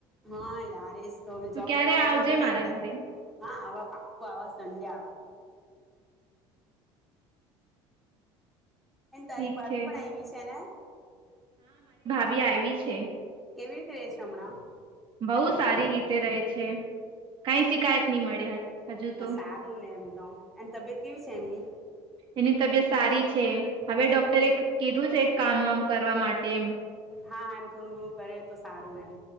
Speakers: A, in the centre; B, on the right.
A: હા યાર એજ તો હવે
B: તું
A: જોબ
B: ક્યારે
A: લાગી
B: આવજે
A: ગયુંને ક્યાંય
B: મારા
A: ટાઈમ
B: ઘરે
A: હા આવા પાકું આવા સન્ડે આવા. એન તારી
B: ઠીક
A: ભાભી
B: છે
A: પણ આયવી છે ને?
B: બી આયવી છે.
A: કેવી રીતે રે છે હમણાં
B: બહુ સારી રીતે રહે છે. કઈ શિકાયત ની મળે હ હજુ તો.
A: હા સારું ને એમ તો એન તબિયત કેવી છે, એમની
B: એની તબિયત સારી છે, હવે ડોક્ટરે કીધું છે કામ વામ કરવા માટે એમ
A: હા, હા, એમ થોડું ઘણું કરે તો સારું એમ